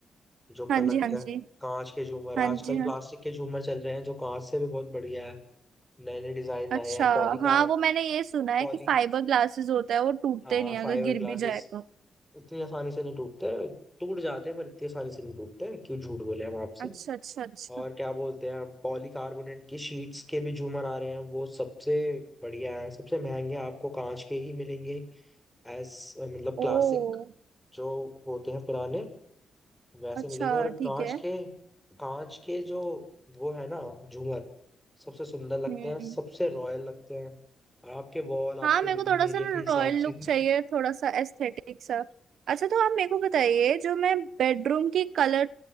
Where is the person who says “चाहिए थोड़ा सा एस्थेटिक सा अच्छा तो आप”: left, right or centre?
Right